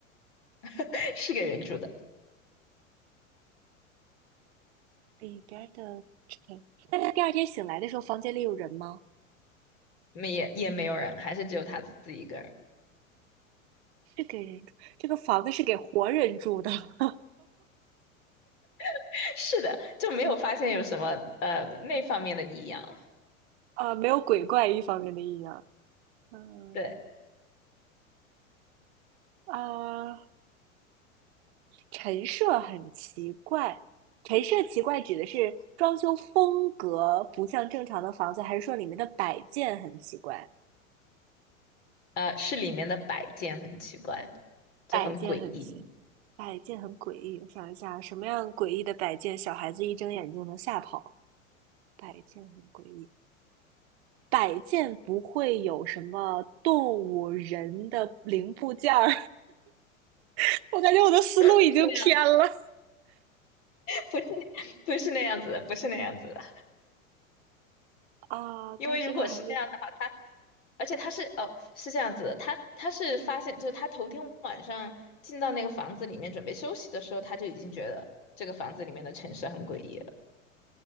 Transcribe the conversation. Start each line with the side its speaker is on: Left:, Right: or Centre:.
Left: <laughs> 是个人住的，
Right: 里边儿的尘。那他第二天醒来的时候，房间里有人吗？
Left: 没也也没有人，还是只有他自己一个人。
Right: 是给人住，这个房子是给活人住的，<laughs>
Left: <laughs> 是的，就没有发现有什么呃那方面的异样。
Right: 啊，没有鬼怪一方面的阴阳。嗯
Left: 对，
Right: 啊，陈设很奇怪，陈设奇怪指的是装修风格不像正常的房子，还是说里面的摆件很奇怪？
Left: 呃，是里面的摆件很奇怪，就很诡异，
Right: 摆件很奇，摆件很诡异。我想一下，什么样诡异的摆件，小孩子一睁眼就能吓跑？摆件很诡异。摆件不会有什么动物、人的零部件儿。<laughs> 我感觉我的思路已经偏了。
Left: 不是那样，不是不是那样子的，不是那样子的。
Right: 啊，
Left: 因为如果是这样的话，
Right: 但是它还是
Left: 他而且他是哦是这样子的，他他是发现就是他头天晚上进到那个房子里面准备休息的时候，他就已经觉得这个房子里面的陈设很诡异了。